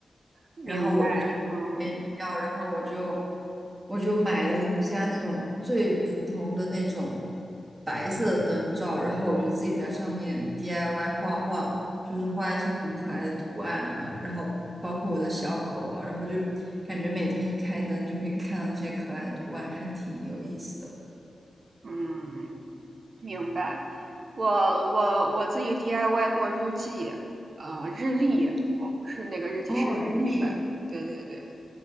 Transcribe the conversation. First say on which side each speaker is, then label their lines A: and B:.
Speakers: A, on the right; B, on the right.
A: 明白，
B: 然后我就觉得没必要，
A: 嗯
B: 然后我就我就买了一家那种最普通的那种白色的灯罩，然后我就自己在上面 DIY 画画，就是画一些很可爱的图案啊，然后包括我的小狗啊，然后就感觉每天一开灯就可以看到那些可爱的图案，还挺有意思的。
A: 嗯。明白，我我我自己 DIY 过日记，呃，日历，哦，不是那个日记，
B: 哦，
A: 是日历本，
B: 日历，
A: 对对对。